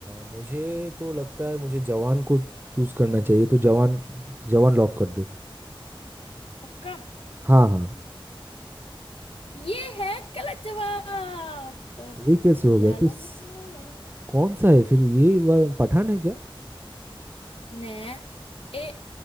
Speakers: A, on the right; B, on the left.
A: मुझे तो लगता है मुझे जवान को चूज करना चाहिए तो जवान जवान लॉक कर दो
B: पक्का
A: हाँ हाँ
B: ये है गलत जवाब
A: ये कैसे हो
B: ला
A: गया तो
B: ला
A: स-
B: ला ला ला
A: कौन सा है फिर ये वा- पठान है क्या
B: ने ए